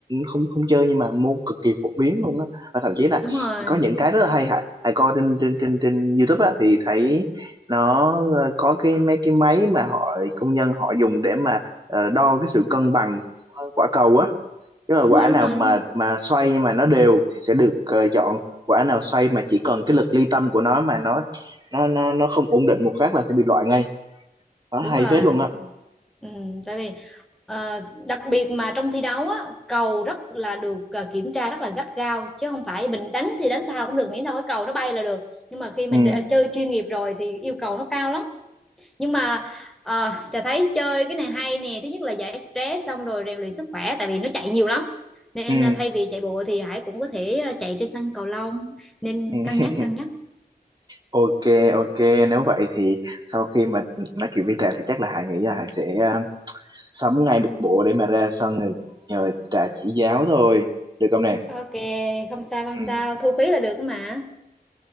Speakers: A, on the right; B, in the centre.
A: không không chơi nhưng mà môn cực kỳ phổ biến luôn á và thậm chí là
B: Đúng rồi
A: có những cái rất là hay Hải Hải coi trên trên trên trên YouTube á thì thấy nó ờ, có cái mấy cái máy mà họ công nhân họ dùng để mà ờ, đo cái sự cân bằng của quả cầu á Chứ là quả
B: Đúng rồi
A: nào
B: đúng rồi
A: mà
B: đúng rồi
A: mà xoay mà nó đều thì sẽ được ờ, chọn quả nào xoay mà chỉ cần cái lực ly tâm của nó mà nó nó nó nó không ổn định một phát là sẽ bị loại ngay đó
B: Đúng
A: hay
B: rồi
A: phết luôn á
B: Ừ, tại vì ờ, đặc biệt mà trong thi đấu á, cầu rất là được ờ, kiểm tra rất là gắt gao chứ không phải mình đánh thì đánh sao cũng được miễn sao cái cầu nó bay là được nhưng mà khi mình
A: ừ
B: đã chơi chuyên nghiệp rồi thì yêu cầu nó cao lắm nhưng mà uh, Trà thấy chơi cái này hay nè thứ nhất là giải stress xong rồi rèn luyện sức khỏe tại vì nó chạy nhiều lắm nên
A: ừ
B: ờ, thay vì chạy bộ thì Hải cũng có thể ờ, chạy trên sân cầu lông nên
A: ừ.
B: cân nhắc cân nhắc
A: ok ok nếu vậy thì sau khi mà nói chuyện với Trà thì chắc là Hải nghĩ là Hải sẽ ờ, sắm ngay một bộ để mà ra sân rồi nhờ Trà chỉ giáo thôi được không nè
B: ok không sao
A: ừ.
B: không sao thu phí là được mà